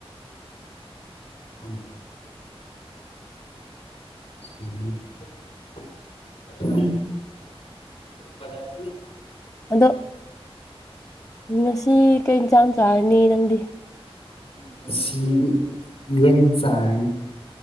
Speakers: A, on the left (about 70°); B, on the left (about 30°).
A: ꯎ <unintelligible> ꯅꯥꯗ
B: ꯑꯗꯣ ꯉꯁꯤ ꯀꯩ ꯏꯟ ꯆꯥꯡ ꯆꯥꯔꯅꯤ ꯅꯪꯗꯤ
A: ꯉꯁꯤ ꯌꯦꯟ ꯆꯥꯡ